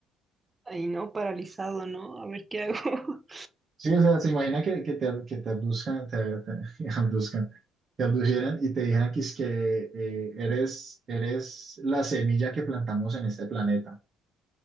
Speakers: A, on the right (about 25°); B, on the right (about 40°).
A: Ahí no, paralizado, ¿no? A ver qué hago. <laughs>
B: Sí, o sea, se imagina que, que te, que te abduzcan, te, te <laughs> abduzcan, te abdujeran y te dijeran que es que eh, eres, eres la semilla que plantamos en este planeta.